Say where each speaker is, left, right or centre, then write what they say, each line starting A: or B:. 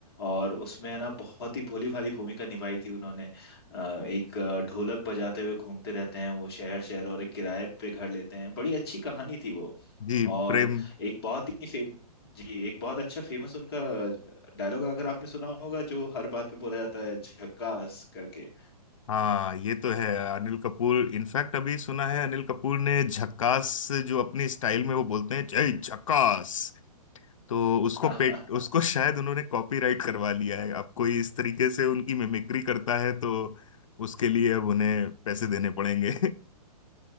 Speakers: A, on the left; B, on the left.
A: और उसमें है ना बहुत ही भोली भाली भूमिका निभाई थी उन्होंने अ, एक अ, ढोलक बजाते हुए घूमते रहते हैं वो शहर शहर और एक किराए पे घर लेते हैं बड़ी अच्छी कहानी थी वो
B: जी
A: और
B: प्रेम
A: एक बहुत ही फेम जी एक बहुत अच्छा फेमस उनका डायलॉग अगर आपने सुना होगा जो हर बात पे बोला जाता है झक्कास करके
B: हाँ ये तो है अनिल कपूर इनफैक्ट अभी सुना है अनिल कपूर ने झक्कास जो अपनी स्टाइल में वो बोलते हैं जय झक्कास तो उसको
A: <laughs>
B: पेट उसको शायद उन्होंने कॉपीराइट करवा लिया है अब कोई इस तरीके से उनकी मिमिक्री करता है तो उसके लिए अब उन्हें पैसे देने पड़ेंगे